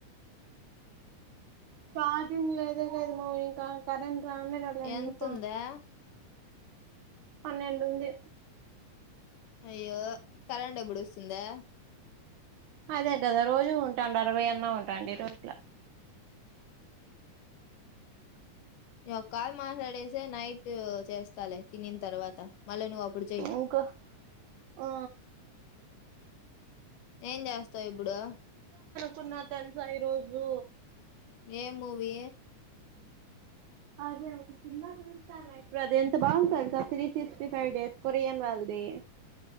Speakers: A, on the right; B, on the left.
A: చార్జింగ్ లేదే లేదు మా ఇంకా కరెంట్ రానే రాలా ఎందుకో
B: ఎంతుందా
A: పన్నెడుంది
B: అయ్యో కరెంట్ ఎప్పుడు వస్తుందా
A: అదే కదా రోజు ఉంటాండి అరవై అన్న ఉంటాండి రోజల
B: ఒక కాలు మాట్లాడేసిే నైట్ చేస్తాలే తినిన తర్వాత మళ్ళా నువ్వు అప్పుడు చెయ్యి
A: ఇంకా ఆ
B: ఏం చేస్తావు ఇప్పుడు
A: కున్న తెలుసా ఈ రోజు
B: ఏ మూవీ
A: అదే ఒక సినిమా చూస్తాన్న ఇప్పుడు అది ఎంత బాగుంటది తెలుస. Three sixty five days Korean వాళ్ళది.